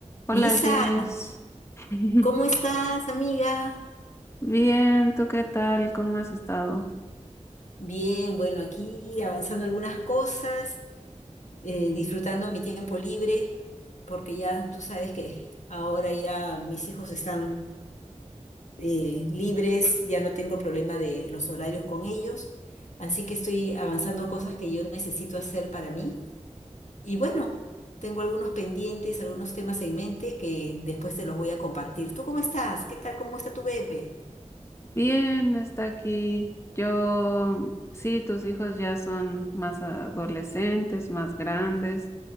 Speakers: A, on the left (about 20°); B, on the left (about 75°).
A: Hola
B: Isa,
A: Jess. <laughs>
B: ¿cómo estás, amiga?
A: Bien, ¿tú qué tal? ¿Cómo has estado?
B: Bien, bueno, aquí avanzando algunas cosas, eh, disfrutando mi tiempo libre, porque ya tú sabes que ahora ya mis hijos están eh, libres, ya no tengo problema de los horarios con ellos, así que estoy avanzando cosas que yo necesito hacer para mí. Y bueno, tengo algunos pendientes, algunos temas en mente que después te los voy a compartir. ¿Tú cómo estás? ¿Qué tal? ¿Cómo está tu bebé?
A: Bien, está aquí. Yo, sí, tus hijos ya son más adolescentes, más grandes.